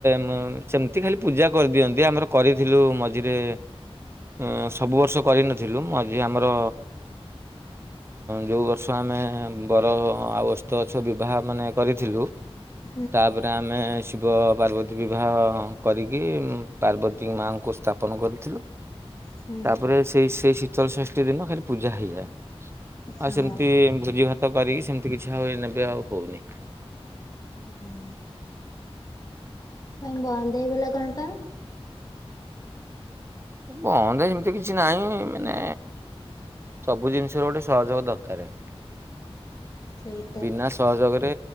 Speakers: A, on the right; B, on the left.
A: ମ୍ ସେମତି ଖାଲି ପୂଜା କରିଦିଅନ୍ତି। ଆମର କରିଥିଲୁ ମଝିରେ ଉଁ ସବୁ ବର୍ଷ କରିନଥିଲୁ। ମୁଁ ଆଜି ଆମର ଯୋଉଁ ବର୍ଷ ଆମେ ବର ଆଉ ଓସ୍ତ ଗଛ ବିବାହ ମାନେ କରିଥିଲୁ
B: ଁ <unintelligible>
A: ତାପରେ ଆମେ ଶିବ ପାର୍ବତୀ ବିବାହ କରିକି। ପାର୍ବତୀ ମାଙ୍କୁ ସ୍ଥାପନ କରିୁଥିଲୁ।
B: ହୁଁ।
A: ତାପରେ ସେଇ ସେଇ ଶୀତଳଷଷ୍ଠୀ ଦିନ ଖାଲି ପୂଜା ହେଇଯାଏ। ଆଉ
B: ହଁ
A: ସେମିତି ଭୋଜି ଭାତ କରିକି, ସେମିତି କିଛି ଆଉ ଏବେ ଆଉ ହଉନି।
B: ହୁଁ। କାଇଁ ବନ୍ଦ ହେଇଗଲା କଣ ପାଇଁ?
A: ବନ୍ଦ ଏମିତି କିଛି ନାହିଁ। ମାନେ ସବୁ ଜିନିଷ ର ଗୋଟେ ସହଯୋଗ ଦରକାର।
B: ସେଇ
A: ବିନା ସହଯୋଗରେ